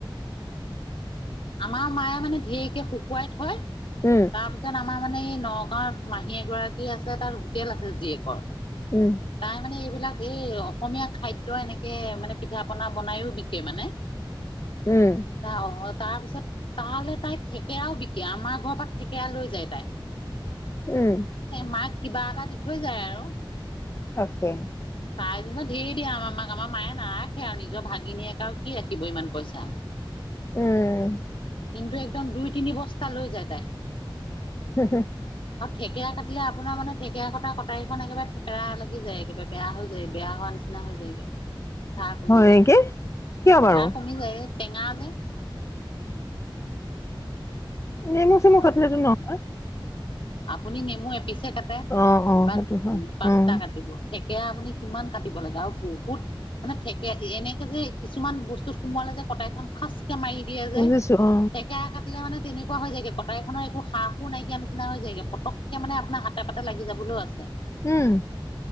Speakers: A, on the left; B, on the left.
A: আমাৰ মায়ে মানে ঢেৰকে শুকুৱাই থয়
B: উম
A: তাৰপিছত আমাৰ মানে এই নগাঁৱত মাহী এগৰাকী আছে তাত হোটেল আছে জীয়েকৰ।
B: উম
A: তাই মানে এইবিলাক এই অসমীয়া খাদ্য এনেকে মানে পিঠা পনা বনাইও বিকে মানে।
B: উম
A: <unintelligible> তাৰ পিছত তালৈ তাই থেকেৰাও বিকে আমাৰ ঘৰৰ পৰা থেকেৰা লৈ যায় তাই
B: উম
A: এহ মাক কিবা এটা দি থৈ যায় আৰু
B: থাকে
A: তাই যেনিবা ধেৰ দিয়ে আমাৰ মাক আমাৰ মায়ে নাৰাখে আৰু নিজৰ ভাগিনীয়েকে আৰু কি ৰাখিব ইমান পইচা।
B: উম।
A: কিন্তু একদম দুই তিনি বস্তা লৈ যায় তাই।
B: হম হুম।
A: অ' থেকেৰা কাটিলে আপোনাৰ মানে থেকেৰা কটা কটাৰীখন একেবাৰে থেকেৰা থাকি যায় একেবাৰে বেয়া হৈ যায় বেয়া হোৱা নিচিনা হৈ যায়গৈ। ধাৰ কমি
B: হয়
A: যায়
B: নেকি কিয় বাৰু
A: ধাৰ কমি যায় টেঙা যে
B: নেমু
A: সেইটো
B: চেমু
A: কাৰণে
B: কাটিলেটো নহয়।
A: আপুনি নেমু পিছে কাটে
B: অ অ
A: বা
B: সেইটো হয়
A: পাঁচটা
B: উম
A: কাটিব থেকেৰা আপুনি কিমান কাটি কাটিব লাগে আৰু বহুত মানে থেকেৰা এনেকে যে কিছুমান বস্তুত সোমালে যে কটাৰীখন খাচ মাৰি দিয়ে যে
B: বুজিছো অ
A: থেকেৰা কাটিলে মানে তেনেকুৱা হৈ যায় কটাৰ খনৰ একো সা সুৰ নাইকিয়া নিচিনা হৈ পটকে মানে আপোনাৰ হাতে পাতে লাগি যাবলৈও আছে।
B: উম।